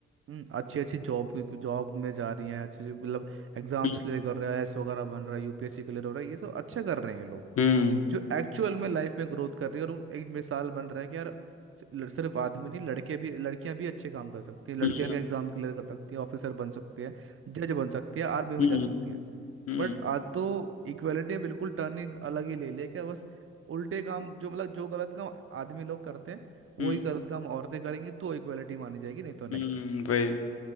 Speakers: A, on the right; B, on the left.
A: हम्म अच्छी अच्छी जॉब जॉब में जा रही हैं अच्छी अच्छी मतलब एग्जाम्स
B: हम्म
A: क्लियर कर रहा है एस वगैरह बन रहा है यूपीएससी क्लियर हो रहा है ये सब अच्छे कर रहे हैं ये लोग
B: हम्म
A: जो एक्चुअल में लाइफ में ग्रोथ कर रही है और वो एक मिसाल बन रहे हैं कि यार सि- लड़- सिर्फ आदमी नहीं लड़के भी लड़कियां भी अच्छे काम कर सकती हैं लड़कियां
B: हम्म
A: भी एग्जाम क्लियर कर सकती हैं ऑफिसर बन सकती है जज बन सकती है आर्मी में
B: हम्म
A: जा सकती हैं
B: हम्म
A: बट आज तो इक्वेलिटी बिल्कुल टर्न ही अलग ही ले लिया क्या बस उल्टे काम जो मतलब जो गलत काम आदमी लोग करते हैं वही
B: हम्म,
A: गलत काम औरतें करेंगी तो इक्वेलिटी मानी जाएगी नहीं तो नहीं
B: हम्म, वही